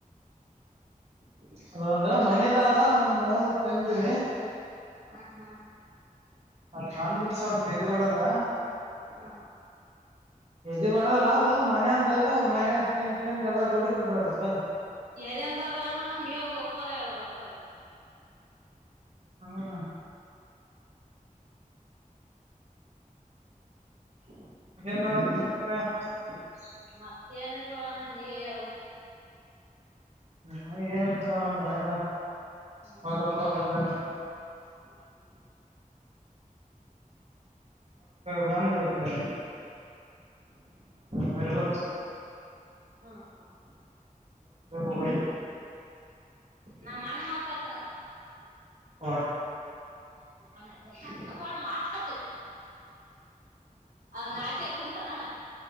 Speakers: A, on the right (about 80°); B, on the right (about 50°).
A: ಹ
B: ಅದೊಂದು ಮನದ ಆದ ಒಂದ್ ಜನ ತೀವಿ
A: ಹ ಹಾ
B: ಅತ್ ಕಂದದ ಸ್ವಲ್ಪ್ದ ಬಡದ
A: ಹ
B: ಎದು ಕೊಡದಲ್ಲ ಅದು ಮನ ಅಂದ ಮನಾಗ ತಿಿಂದ ತಿಿಂದ ಎಲ್ಲ ರೂಢಿ ಬದ ಬತ್ತ
A: ಎರಂದಾದಣ ನ ಮ ಒಪ್ಪಲ ಯದಾವ್ ಕದ
B: ಹ್ಮ
A: ಹ
B: ಮ
A: ಮತ್ತಹಾನೆಳ್ಳವಳಣ ನೀ ಕ ಅವ
B: ಹ ಏನ್ ಎಲ್ಲ
A: ಹ್ಮ ಹ
B: ಹೊಲಕ್
A: ಹ್ಮ್
B: ಹೋಗದ
A: ಹ
B: ಬಂದ ಐತೆ ಬರಿಬ
A: ಹ್ಮ್ ಹ್ಮ್
B: ಒ
A: ನಾ ಮಣ್ಣ ಮಾತಾಡ್ತೇ ನೋಡ
B: ವ
A: ಕಪ್ಪಾನ ಅಲ್ಲ ಕಪ್ಪಾನ ಮಾತ್ರಡ ಅ ನಾಚಿಯ ಕುನ್ಸ ರಾಣ